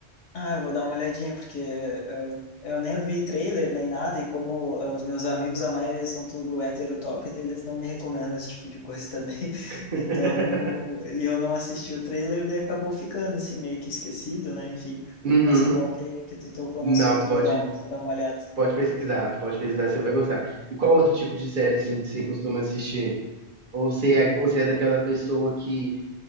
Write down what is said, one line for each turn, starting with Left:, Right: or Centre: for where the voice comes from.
Left: Ah, eu vou dar uma olhadinha, porque eu, eu nem vi trailer nem nada, e como ah, os meus amigos, a maioria são tudo hétero top, eles não me recomendam esse tipo de coisa também. <laughs>
Right: <laughs>
Left: Então, e eu não assisti o trailer, e acabou ficando assim, meio que esquecido, né? Enfim,
Right: Uhum.
Left: mas que bom que, que tu tocou
Right: Não,
Left: no assunto, vou
Right: pode,
Left: dar, um- vou dar uma olhada.
Right: pode pesquisar, pode pesquisar, você vai gostar. E qual outro tipo de série assim, que você costuma assistir? Ou você é, ou você é daquela pessoa que